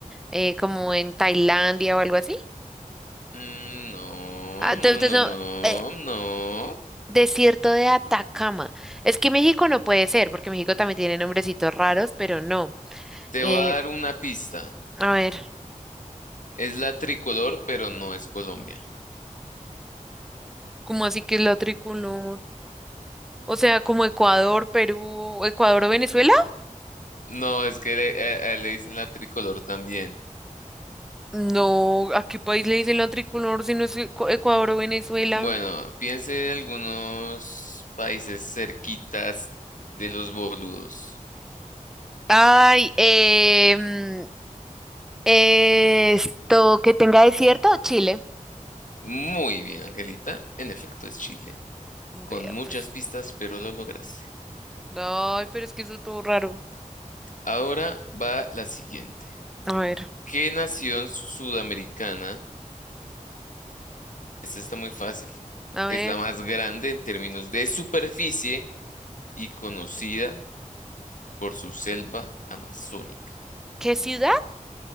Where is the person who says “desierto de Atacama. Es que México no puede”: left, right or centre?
Centre